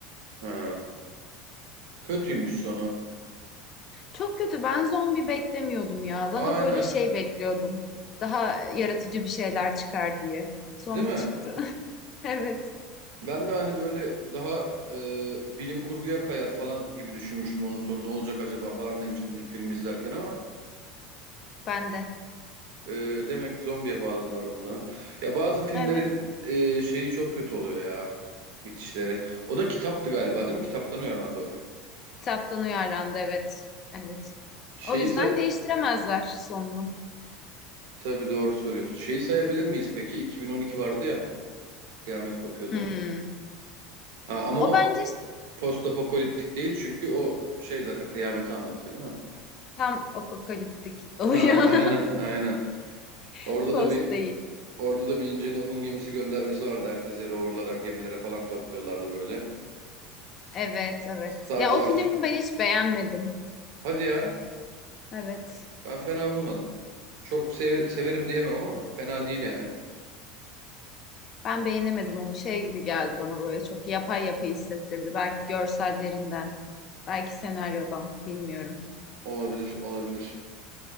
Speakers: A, on the right; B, on the left.
A: Ha, kötüymüş sonu.
B: Çok kötü. Ben zombi beklemiyordum ya. Daha
A: Aynen.
B: böyle şey bekliyordum. Daha yaratıcı bir şeyler çıkar diye. Zombi
A: Değil mi?
B: çıktı. <laughs> Evet,
A: Ben de hani böyle daha e, bilim kurguya kayar falan gibi düşünmüştüm onun sonu ne olacak acaba falan demiştim ilk filmi izlerken ama
B: ben de.
A: e, demek ki zombiye bağladılar onu da. Ya bazı filmlerin
B: Evet.
A: e, şeyi çok kötü oluyor ya bitişleri. O da kitaptı galiba değil mi? Kitaptan uyarlandı o film.
B: Kitaptan uyarlandı evet. Evet.
A: Şeyi
B: O yüzden
A: sa
B: değiştiremezler sonunu.
A: tabii doğru söylüyorsun. Şeyi sayabilir miyiz peki? 2012 vardı ya kıyamet kopuyordu.
B: Hmm.
A: Ha, ama
B: O
A: o
B: bence
A: postapokaliptik değil çünkü o şey zaten kıyameti anlatıyor değil mi?
B: tam apokaliptik oluyor.
A: Ha, aynen aynen.
B: <laughs>
A: Orada
B: Post
A: da bir
B: değil.
A: Orada da bir ince Nuh'un gemisi göndermesi vardı. Herkesi roverlara, gemilere falan topluyorlardı böyle.
B: Evet, evet.
A: Sadece
B: Ya o
A: Afrika.
B: filmi ben hiç beğenmedim.
A: Hadi ya.
B: Evet.
A: Ben fena bulmadım. Çok seve- severim diyemem ama fena değil yani.
B: Ben beğenemedim onu. Şey gibi geldi bana böyle çok yapay yapay hissettirdi. Belki görsellerinden, belki senaryodan bilmiyorum.
A: Olabilir, olabilir.